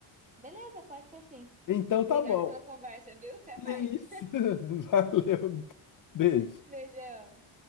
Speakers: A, on the right (about 15°); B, on the left (about 45°).
A: Beleza, pode ser sim.
B: Então
A: Obrigada
B: tá bom.
A: pela conversa, viu? Até mais.
B: Que isso? <laughs> Valeu, beijo.
A: <laughs> Beijão.